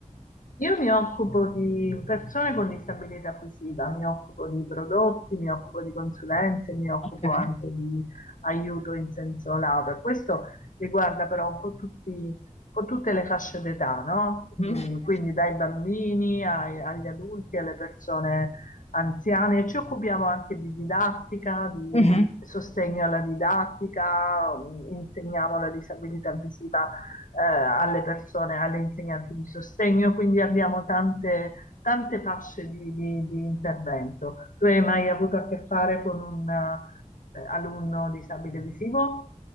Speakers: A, on the left; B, on the left.
A: Io mi occupo di persone con disabilità visiva, mi occupo di prodotti, mi occupo di consulenze, mi occupo
B: Okay.
A: anche di aiuto in senso lato. Questo riguarda però un po', tutti- un po' tutte le fasce d'età, no?
B: Mh-mh.
A: Mm, quindi dai bambini ai- agli adulti, alle persone anziane. Ci occupiamo anche di didattica, di
B: Mh-mh.
A: sostegno alla didattica, mm, insegniamo la disabilità visiva eh, alle persone, alle insegnanti di sostegno, quindi abbiamo tante, tante fasce di, di, di intervento. Tu hai mai avuto a che fare con un eh, alunno disabile visivo?